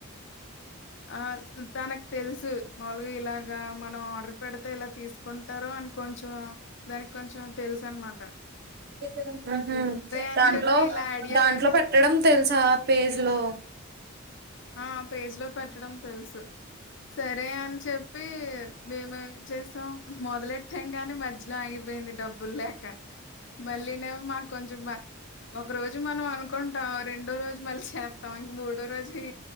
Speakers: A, on the left; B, on the right.
A: ఆ తనక్ తెల్సు మాముల్గ ఇలాగా మనం ఆర్డర్ పెడితే ఇలా తీసుకుంటారు అని కొంచెం దానిక్ కొంచెం తెలుసన్మాట
B: ఉ హూ
A: అని
B: దాంట్లో
A: చెప్పి ఇలా ఐడియా
B: దాంట్లో
A: వే
B: పెట్ పెట్టడం తెల్సా పేజ్ లో
A: ఆ పేజ్లో పెట్టడం తెల్సు సరే అన్చెప్పీ మేమేం చేస్తాం మొదలెట్ ట్టంగానే మధ్యలో ఆగిపోయింది డబ్బుల్ లేక మల్లీనేమో మాక్ కొంచెం బా ఒక రోజు మనం అనుకుంటాం రెండో రోజు మళ్ళీ చేస్తాం ఇంక మూడో రోజుఈ